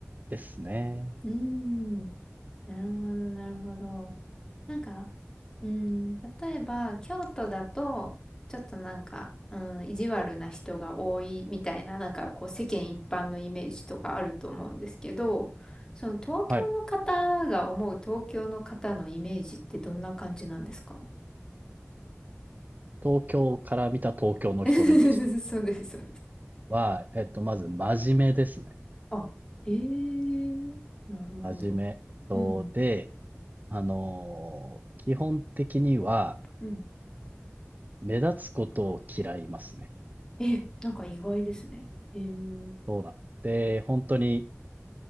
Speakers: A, on the right; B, on the left.
A: ですね。
B: うん、なるほど、なるほど。なんか、うん、例えば、京都だと、ちょっとなんか、うん、意地悪な人が多いみたいな、なんかこう世間一般のイメージとかあると思うんですけど、その東京の方が思う東京の方のイメージってどんな感じなんですか
A: はい。東京から見た東京の人のイメージです。
B: <laughs> そうです、そうです。
A: は、えっと、まず真面目ですね。
B: あ、へえ、なるほど。
A: 真面目。えっと、
B: うん、
A: で、あのー基本的には
B: うん、うん。
A: 目立つことを嫌いますね。
B: え、なんか意外ですね。へえ、うん、
A: そうなんです。で、本当に